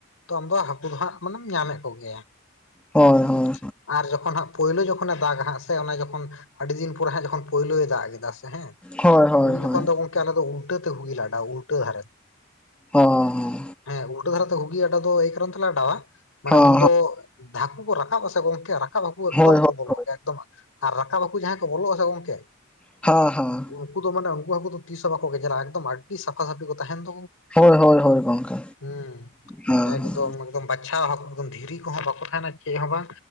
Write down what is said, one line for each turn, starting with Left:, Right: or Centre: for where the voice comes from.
Left: ᱛᱚ ᱟᱢᱫᱚ ᱦᱟᱹᱠᱩ ᱫᱚ ᱦᱟᱸᱜ ᱢᱟᱱᱮᱢ ᱧᱟᱢᱮᱜ ᱠᱚᱜᱮᱭᱟ
Centre: ᱦᱳᱭ
Left: ᱦᱮᱸ
Centre: ᱦᱳᱭ
Left: ᱟᱨ ᱡᱚᱠᱷᱚᱱ ᱦᱟᱸᱜ ᱯᱳᱭᱞᱳ ᱡᱚᱠᱷᱚᱱᱮ ᱫᱟᱜᱟ ᱦᱟᱸᱜ ᱥᱮ ᱚᱱᱟ ᱡᱚᱠᱷᱚᱱ ᱟᱹᱰᱤ ᱫᱤᱱ ᱯᱚᱨᱮ ᱦᱟᱸᱜ ᱡᱚᱠᱷᱚᱱ ᱯᱳᱭᱞᱳᱭ ᱫᱟᱜ ᱠᱮᱫᱟ <unintelligible>
Centre: ᱦᱳᱭ ᱦᱳᱭ
Left: ᱩᱱ
Centre: ᱦᱳᱭ
Left: ᱡᱚᱠᱷᱚᱱ ᱫᱚ ᱜᱚᱢᱠᱮ ᱟᱞᱮ ᱫᱚ ᱩᱞᱴᱟᱹ ᱛᱮ ᱜᱷᱩᱜᱤ ᱜᱮ ᱩᱞᱴᱟᱹ ᱫᱷᱟᱨᱮ
Centre: ᱚ
Left: ᱦᱮᱸ ᱩᱞᱴᱟᱹ ᱫᱷᱟᱨᱟᱛᱮ ᱜᱷᱩᱜᱤ ᱟᱰᱟᱣ ᱫᱚ ᱮᱭ ᱠᱟᱨᱚᱱ ᱛᱮᱞᱮ ᱮᱰᱟᱣᱟ ᱢᱟᱱᱮ
Centre: ᱦᱚᱸ
Left: ᱩᱱᱫᱚ
Centre: ᱦᱚᱸ
Left: <unintelligible> ᱠᱚ ᱨᱟᱠᱟᱵ ᱟᱥᱮ ᱜᱚᱝᱠᱮ <unintelligible> ᱦᱟᱹᱠᱩ ᱮᱠᱫᱚᱢ
Centre: ᱦᱳᱭ ᱦᱳᱭ
Left: ᱠᱚ ᱵᱚᱞᱚᱜ
Centre: ᱦᱳᱭ
Left: ᱮᱠᱫᱚᱢ ᱨᱟᱠᱟᱵ ᱵᱟᱹᱠᱩ ᱡᱟᱦᱟᱸᱭ ᱠᱚ ᱵᱚᱞᱚᱜ ᱟᱥᱮ ᱜᱚᱝᱠᱮ
Centre: ᱦᱮᱸ ᱦᱮᱸ
Left: ᱩᱱᱠᱩ ᱫᱚ ᱢᱟᱱᱮ ᱩᱱᱠᱩ ᱦᱟᱹᱠᱩ ᱫᱚ ᱛᱤᱥ ᱦᱚᱸ ᱵᱟᱠᱚ ᱜᱮᱡᱮᱞᱟ ᱮᱠᱫᱚᱢ ᱟᱹᱰᱤ ᱥᱟᱯᱷᱟ ᱥᱟᱹᱯᱷᱤ ᱠᱚ ᱛᱟᱦᱮᱱ ᱫᱚ
Centre: ᱦᱳᱭ ᱦᱳᱭ ᱦᱳᱭ ᱜᱚᱢᱠᱮ
Left: ᱦᱩᱸ
Centre: ᱦᱮᱸ
Left: ᱮᱠᱫᱚᱢ ᱵᱟᱪᱷᱟᱣ <inaudible> ᱫᱷᱤᱨᱤ ᱠᱚᱦᱚᱸ ᱵᱟᱠᱚ ᱛᱟᱦᱮᱱᱟ ᱪᱮᱫ ᱦᱚᱸ ᱵᱟᱝ